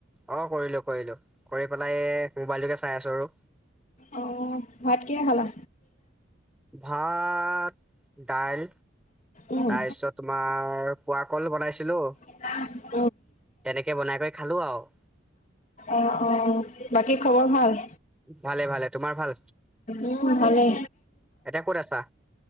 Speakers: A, in the centre; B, on the left.
A: অ' কৰিলোঁ কৰিলোঁ, কৰি পেলাই মোবাইলটোকে চাই আছোঁ আৰু।
B: অ' ভাত কিহে খালা?
A: ভাত দাইল
B: উম
A: তাৰপিছত তোমাৰ পোৱা কল বনাইছিলো
B: <inaudible>
A: তেনেকে বনাই কৈ খালোঁ আৰু।
B: অ', অ' বাকী খবৰ ভাল?
A: ভালে ভালে তোমাৰ ভাল
B: উম, হ'লে
A: এতিয়া ক'ত আছা?